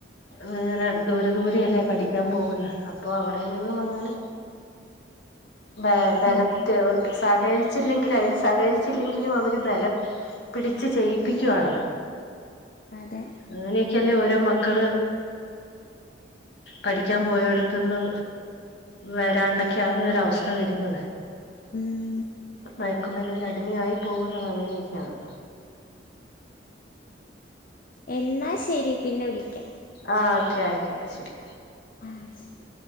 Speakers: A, on the left (about 70°); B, on the left (about 50°).
A: അങ്ങനെ ദൂരെ ദൂര അല്ലേ പഠിക്കാൻ പോകുന്നു അപ്പൊ അവിടെ നിന്നും അങ്ങനെ വ ബലത്തെ
B: ഉം
A: സഹകരിച്ചില്ലെങ്കില അതിന് സഹകരിച്ചില്ലെങ്കിലും അവര് ബലം പിടിച്ച് ചെയ്യിപ്പിക്കുവയാണ്
B: അതെ
A: അങ്ങനെയൊക്കല്ലേ ഓരോ മക്കള് പഠിക്കാൻ പോയോടുത്ത്ന്ന് വരാണ്ടൊക്കെ ആവുന്നൊരവസ്ഥ വരുന്നത്
B: ഉം
A: മയക്കുമരുന്നിന് അടിമയായി പോകുന്നുന്നത് അങ്ങനെയൊക്കെയാണ്
B: എന്നാൽ ശരി പിന്നെ വിളിക്കാം
A: ആ ഓക്കെ ആയിക്കോട്ടെ ഓക്കെ ശരി
B: ആ ശരി